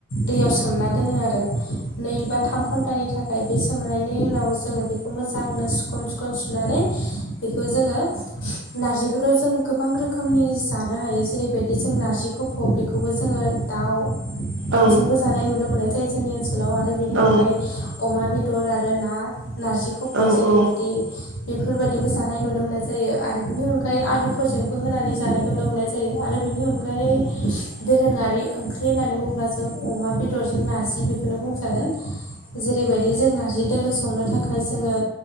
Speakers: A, on the left; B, on the right.
A: दैयाव सोमना दोनो आरो नै बा थाम घन्टानि थाखाय ओमफ्राय बे सोमनायनि उनाव जोङो बेखौ मोजांनो सुखन- सुखन सुनानै बेखौ जोङो नारजिखौथ' जों गोबां रोखोम रोखोमनि जानो हायो जेरैबायदि जों नारजिफोरखौ बेखौबो जोङो दाउ दावजोंबो
B: औ
A: जानाय नुनो मोननाय जायो जोंनि ओनसोलाव आरो बेनि
B: औ
A: अनगायै अमा बेदर आरो ना नारजि खफ
B: औ
A: जेरैबायदि
B: औ
A: बेफोरबायदिबो जानाय नुनो मोननाय जायो आरो बेनि अनगायै आलुफोरजोंबो होनानै जानायखौ नुनो मोननाय जायो। जायो आरो बेनि अनगायै
B: <unintelligible>
A: दोरोङारि ओंख्रि होननानै बुंङोब्ला जों अमा बेदरजों नारजि बेखौनो बुंजागोन। जेरैबायदि जों नारजि दोलो संनो थाखाय जोङो